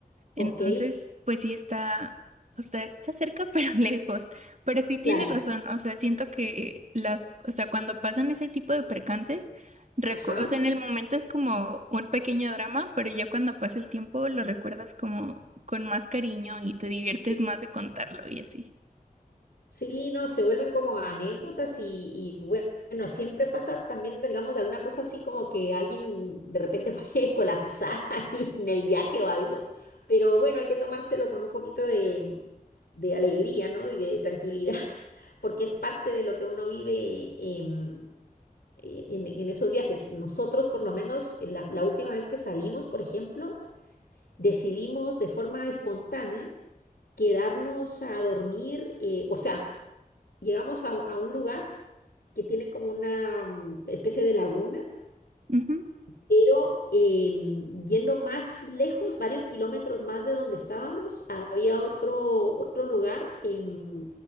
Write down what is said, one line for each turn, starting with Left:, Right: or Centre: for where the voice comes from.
Right: Entonces,
Left: Ok,
Right: pues sí está, o sea, está cerca pero <laughs> lejos. Pero sí tienes
Left: claro.
Right: razón, o sea, siento que las, o sea, cuando pasan ese tipo de percances, recu-
Left: Ajá.
Right: o sea, en el momento es como un pequeño drama, pero ya cuando pasa el tiempo lo recuerdas como con más cariño y te diviertes
Left: Sí,
Right: más de contarlo y así.
Left: Sí, no, se vuelven como anécdotas y, y bue- bueno, siempre pasa también, digamos, alguna cosa así como que alguien de repente <laughs> puede colapsar ahí en el viaje o algo, pero bueno, hay que tomárselo con un poquito de, de alegría, ¿no? Y de tranquilidad, <laughs> porque es parte de lo que uno vive, em, eh, en, en esos viajes. Nosotros, por lo menos, en la, la última vez que salimos, por ejemplo, decidimos de forma espontánea quedarnos a dormir, eh, o sea, llegamos a, a un lugar que tiene como una mm, especie de laguna
Right: Ujú.
Left: pero em, yendo más lejos, varios kilómetros más de donde estábamos, había otro, otro lugar em,